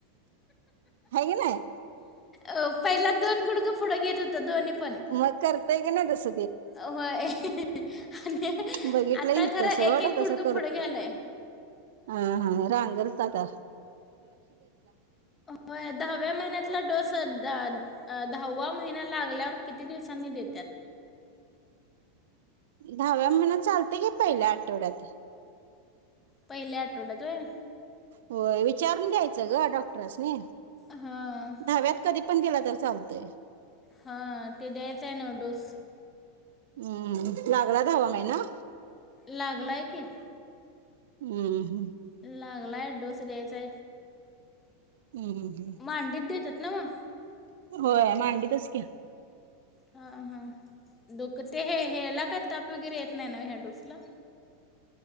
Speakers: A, on the right; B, on the left.
A: हाय गि नाय.
B: अ पहिला दोन गुडघा पुढं घेत होत दोन्ही. पण
A: मग कर ते की नाय तस.
B: होय. आणि
A: बघितलं
B: आता
A: हित
B: खरं
A: सोड
B: एक एक
A: तसं
B: गुडगं
A: करत
B: पुढे घ्यालाय.
A: हा हा रांगेत होता का
B: होय दहाव्या महिन्यातला डोस द अ दहावा महिन लागल्यावर किती दिवसांनी देतात.
A: दहाव्या महिन चालत की पहिल्या आठवड्यात.
B: पहिल्या आठवड्यात आहे.
A: हो. विचारून घ्यायचं ग डॉक्टरसनी
B: हां
A: दहाव्यात कधी पण दिला तर चालतय.
B: हा ते दयायचं आहे ना डोस.
A: हम्म लागला दहावा महिना.
B: लागलाय की.
A: हम्म हम्म.
B: लागलाय डोस द्यायचा आहे.
A: हम्म हम्म
B: मांडीत देतात ना मांग
A: होय मांडीतच की.
B: हा हा दोक ते हे हेला काय ताप वगैरे येत नाही ना ह्या डोसला.